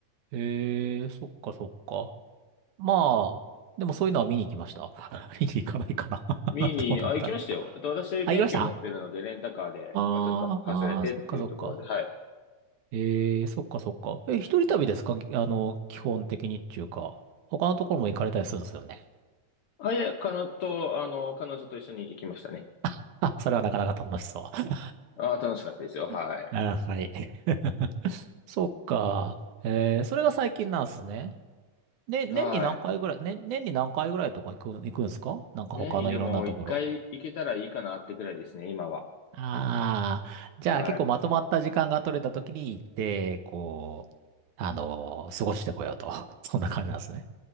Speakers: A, on the right; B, on the left.
A: へえ、そっかそっか。まあ、でもそういうのは見に行きました。<laughs> 見に行かないかな。
B: 見に、
A: <laughs> どうなんだろう。
B: あ、行きましたよ。えっと、私免許持ってるので、
A: あ、行きました
B: レンタカーで、
A: ああー、
B: まあちょっと外れてっていうところで、
A: あーそっかそっか。
B: はい。
A: ええーそっかそっか。え、一人旅ですかあの、基本的にっていうか、他のところも行かれたりするんですよね。
B: あ、いや、彼女と、あの、彼女と一緒に行きましたね。
A: <laughs> あ、それはなかなか楽しそう。
B: あ、楽しかったですよ。はい。
A: <laughs> あ、はい。そっか。えー、それが最近なんですね。ね、
B: はい。
A: 年に何回ぐらい、ね、年に何回ぐらいとか行く、行くんですかなんか他のいろんなところ。
B: 年にでも一回行けたらいいかなってくらいですね、今は。
A: ああ、じゃあ結構まとまった時間が取れた時に行って、
B: はい。
A: こう、あのー過ごしてこようと。<laughs> そんな感じなんですね。